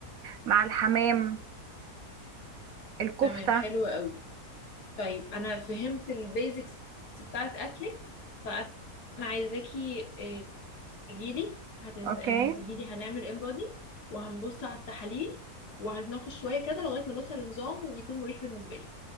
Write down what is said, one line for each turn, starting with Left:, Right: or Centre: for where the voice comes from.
Right: مع الحمام الكفتة
Left: تمام حلو قوي طيب انا فهمت البيزكس بتاعت اكلك فانا عايزاكي إيه، تجيلي هتن...
Right: اوكي
Left: آه، هتجيلي هنعمل انبادي وهنبص على التحاليل وهنتناقش شويه كده لغايه ما نوصل لنظام يكون مريح بالنسبه لي